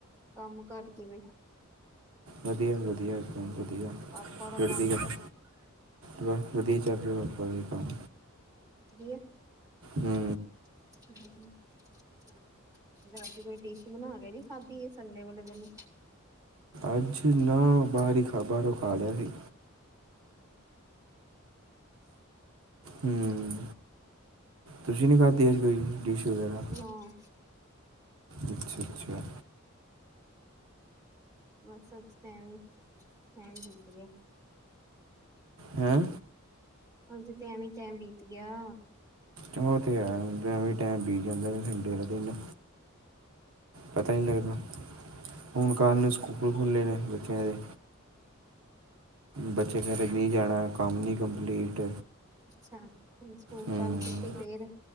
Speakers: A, on the right; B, on the right.
A: ਕੰਮ- ਕਾਜ ਕਿਵੇਂ
B: ਵਧੀਆ ਵੀ ਵਧੀਆ, ਇੱਕਦਮ ਵਧੀਆ,
A: ਪਾਪਾ ਦਾ
B: ਚੜਦੀ
A: ਕੰਮ
B: ਕਲਾ। ਬਸ ਵਧੀਆ ਚੱਲ ਰਿਹਾ ਆਪਣਾ ਵੀ ਕੰਮ।
A: ਵਧੀਆ।
B: ਹੂੰ।
A: <unintelligible> ਜਦ ਅੱਜ ਕੋਈ ਡਿਸ਼ ਬਣਾ ਕੇ ਨੀ ਖਾਧੀ, ਇਹ ਸੰਡੇ ਵਾਲੇ ਦਿਨ।
B: ਅੱਜ ਨਾ ਬਾਹਰ ਹੀ ਖਾਧਾ, ਖਾ ਲਿਆ ਸੀ। ਹੂੰ, ਤੁਸੀਂ ਨਹੀਂ ਖਾਧੀ ਅੱਜ ਕੋਈ ਡਿਸ਼ ਵਗੈਰਾ।
A: ਹਾਂ,
B: ਅੱਛਾ- ਅੱਛਾ।
A: ਬਸ ਅੱਜ ਤਾਂ ਐਵੀਂ, ਟੈਮ ਬੀਤ ਗਿਆ।
B: ਹੈਂ
A: ਅੱਜ ਤੇ ਐਵੇਂ ਟੈਮ ਬੀਤ ਗਿਆ।
B: ਉਹ ਤੇ ਹੈ, ਐਵੀਂ ਟੈਮ ਬੀਤ ਜਾਂਦਾ ਸੰਡੇ ਵਾਲੇ ਦਿਨ। ਪਤਾ ਈ ਨਹੀਂ ਲੱਗਦਾ। ਹੁਣ ਕੱਲ੍ਹ ਨੂੰ ਸਕੂਲ ਖੁੱਲ੍ਹੇ ਨੇ ਬੱਚਿਆਂ ਦੇ। ਬੱਚੇ ਕਹਿ ਰੇ ਨਹੀਂ ਜਾਣਾ, ਕੰਮ ਨੀ ਕੰਪਲੀਟ।
A: ਅੱਛਾ, ਹੁਣ ਸਕੂਲ
B: ਹੂੰ
A: ਕੱਲ ਛੁੱਟੀ ਫੇਰ।